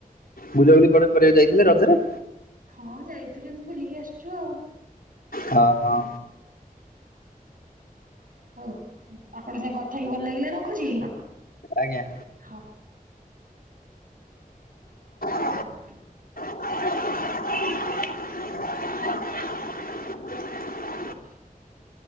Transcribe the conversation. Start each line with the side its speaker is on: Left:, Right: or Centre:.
Left: ବୁଲାବୁଲି କଣ କରିବାକୁ ଯାଇ ଥିଲେ ରଜରେ।
Right: ହଁ ଯାଇଥିଲି ଏମତି ବୁଲିକି ଆସିଛୁ ଆଉ।
Left: ହଁ ହଁ।
Right: ହଉ ଆପଣ ସାଙ୍ଗେ କଥା କି ଭଲ ଲାଗିଲା ରଖୁଛି।
Left: ଆଜ୍ଞା
Right: ହଉ। <inaudible>
Left: <inaudible> <inaudible>
Right: <inaudible>